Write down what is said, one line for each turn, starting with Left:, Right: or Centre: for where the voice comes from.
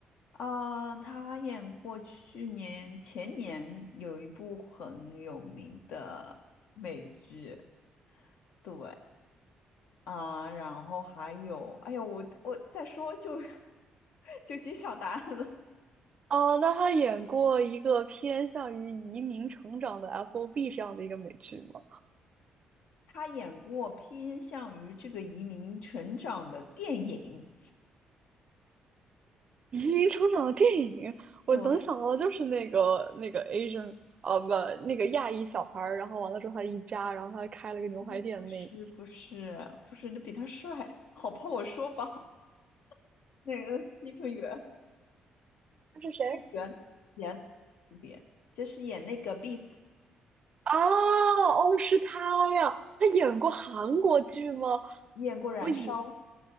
Left: 啊，他还演过去年前年有一部很有名的美剧，对啊，然后还有，哎呦，我我再说就 <laughs> 就揭晓答案了，
Right: 哦，那他演过一个偏向于移民成长的 FOB 这样的一个美剧吗？
Left: 他演过偏向于这个移民成长的电影。
Right: 移民成长的电影，我能想到就是那个那个
Left: 对，
Right: Asian 啊，不，那个亚裔小孩儿，然后完了之后他一家，然后他开了个牛排店那，
Left: 哦，不是不是不是，你比他帅，好怕我说吧。<laughs> 那个 s t e p h 元 s
Right: 他是谁？
Left: p h 元演 s t 就是演那个 Beef 的，
Right: 啊，哦，是他呀，他演过韩国剧吗？
Left: 演过《燃烧》，
Right: 我以